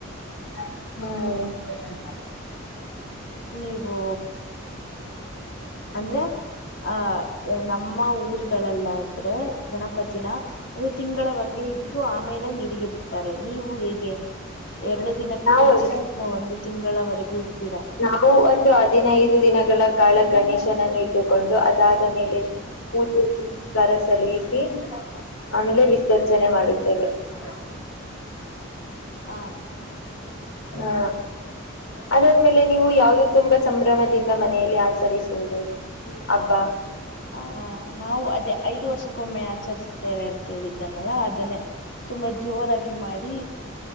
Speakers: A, on the left; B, on the left.
A: ಹ್ಮ್
B: ನೀವೂ ಅಂದ್ರೆ ಆಹ್ ನಮ್ಮ ಊರುಗಳಲ್ಲಾದ್ರೆ ಗಣಪತಿನ ಒಂದ್ ತಿಂಗಳವರೆಗೆ ಇಟ್ಟು ಆಮೇಲೆ ನೀರಿಗೆ ಬಿಡ್ತಾರೆ, ನೀವು ಹೇಗೆ ಎರಡು ದಿನಕ್ಕೆ
A: ನಾವು
B: ಬಿಡ್ತೀರಾ
A: ಅಷ್ಟೇ
B: ಅಥವಾ ಒಂದು ತಿಂಗಳವರೆಗೂ ಇಡ್ತೀರಾ?
A: ನಾವು ಒಂದು ಹದಿನೈದು ದಿನಗಳ ಕಾಲ ಗಣೇಶನನ್ನು ಇಟ್ಟುಕೊಂಡು ಅದಾದ ಮೇಲೆ ಪೂಜೆ ಪುನಸ್ಕಾರ ಸಲ್ಲಿಸಿ ಆಮೇಲೆ ವಿಸರ್ಜನೆ ಮಾಡುತ್ <unintelligible>
B: ಹಾ
A: ಹಾ ಅದಾದ್ಮೇಲೆ ನೀವು ಯಾವ್ದು ತುಂಬಾ ಸಂಭ್ರಮ ಇಂದ ಮನೆಯಲ್ಲಿ ಆಚರಿಸುವುದು? ಹಬ್ಬ
B: ಹ, ನಾವು ಅದೇ ಐದು ವರ್ಷ ಕ್ಕೊಮ್ಮೆ ಆಚರಿಸ್ತೇವೆ ಅಂತ ಹೇಳಿದ್ದನಲ್ಲ, ಅದನ್ನೇ ತುಂಬಾ ಜೋರಾಗಿ ಮಾಡಿ